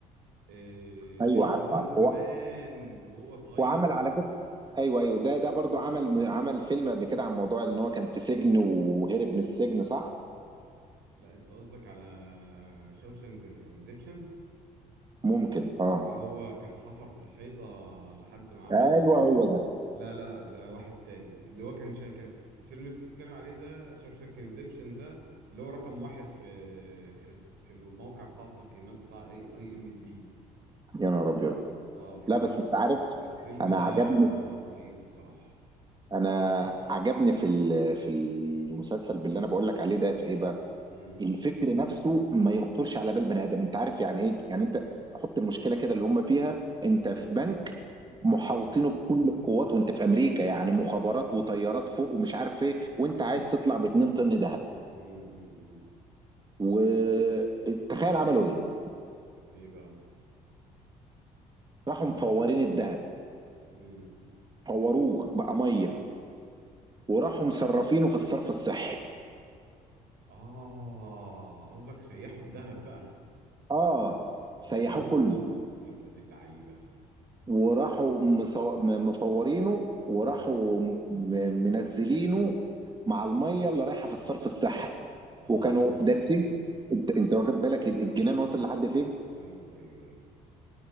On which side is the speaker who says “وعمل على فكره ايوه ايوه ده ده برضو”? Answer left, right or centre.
Right